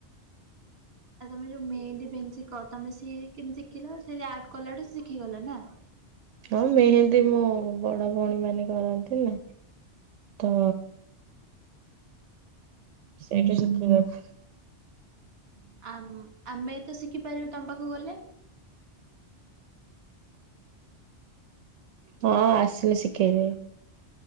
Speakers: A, on the right (about 60°); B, on the right (about 85°).
A: ଆଉ ତମେ ଯୋଉ ମେହେନ୍ଦି ବେହନୀ ଶିଖ ତମେ ସିଏ କେମତି ଶିଖିଲ ସେ ଆ କଲାୁ ଶିଖିଗଲ ନା
B: ହଁ ମେହେନ୍ଦୀ ମୋ ବଡ଼ ଭଉଣୀ ମାନେ କରନ୍ତି ନା। ତ
A: <unintelligible>
B: ସେଇଠୁ ଶିଖିବାକୁ
A: ଆ ଆମେ ତ ଶିଖିପାରିବୁ ତମ ପାଖକୁ ଗଲେ?
B: ହଁ ଆସିଲେ ଶିଖେଇବେ।